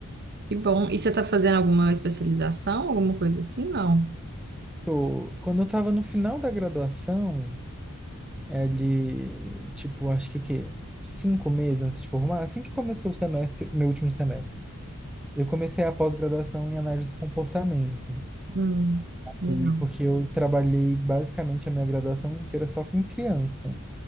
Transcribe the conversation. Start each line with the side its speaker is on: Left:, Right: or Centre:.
Right: Que bom. E você está fazendo alguma especialização, alguma coisa assim? Não.
Centre: Tô- Quando eu tava no final da graduação, é ali, tipo, acho que o quê? Cinco meses antes de formar, assim que começou o semestre, meu último semestre. Eu comecei a pós-graduação em análise do comportamento.
Right: Hum, legal.
Centre: E porque eu trabalhei basicamente a minha graduação inteira só com criança.